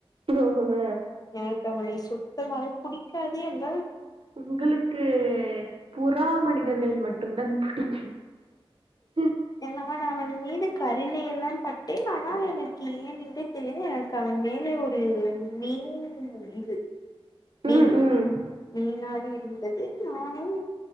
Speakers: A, on the right; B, on the left.
A: ஓஹ்ஹ் ஹ
B: எனக்கு அவனை சுத்தமாக புடிக்காது என்
A: உங்களுக்கு புறா மனிதர்கள் மட்டும் தான் புடிக்கி ஹிம்
B: நான் அவன் மீது கருணை எல்லாம் பட்டேன் ஆனால் எனக்கு ஏன் என்று தெரியாது எனக்கு அவன் மேலே ஒரு மீன் இது மீன்
A: ம் ம்
B: மீனாகி இருந்தது நானும்